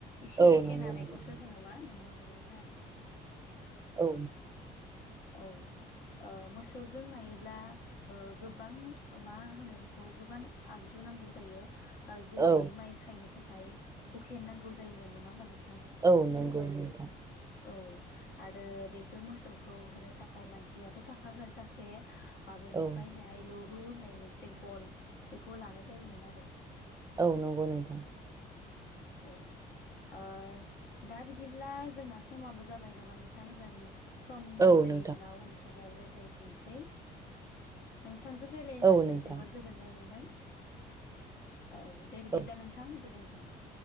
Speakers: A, on the left (about 75°); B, on the right (about 20°).
A: इसे
B: औ
A: इसे
B: नंगौ
A: नानायखौसो
B: नोंथां
A: जोङो मा नुनो मोनोमोन आरो
B: औ
A: औ ओ मोसौजों नायोब्ला ओ गोबां मा होनो बेखौ गोबां आगजु नांगौ जायो ओ जेरै
B: औ
A: माइ खायनो थाखाय हुकेन नांगौ जायोमोन नङा होमबा नों
B: औ नंगौ नोंथां
A: औ आरो बेखौ मोसौखौ होनो थाखाय मानसियाथ' थाखागोन सासे आ बेनिफ्राय
B: औ
A: बेहाय लौरु होननाय मोनसे गन बेखौ लानाय जायोमोन आरो
B: औ नंगौ नोंथां
A: औ ओ दा बिदिब्ला जोंना समाबो जाबाय नामा नोंथां जों सम
B: औ
A: मिलायोब्ला
B: नोंथां
A: उनफोराव रायज्लायफिनसै नोंथांजों रायलायनानै
B: औ नोंथां
A: जोबोर गोजोननाय मोनदों औ दे बिदिब्ला
B: औ
A: नोंथां गोजोन्थों